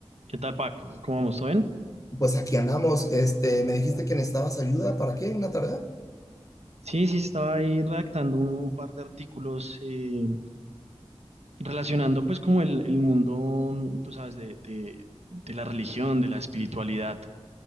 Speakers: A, on the right; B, on the left.
A: ¿Qué tal, Pac? ¿Cómo vamos? ¿Todo bien?
B: Pues aquí andamos. Este, me dijiste que necesitabas ayuda. ¿Para qué? ¿Una tarea?
A: Sí, sí, estaba ahí redactando un, un par de artículos eh, relacionando pues como el, el mundo, mm, tú sabes, de, de- de la religión, de la espiritualidad,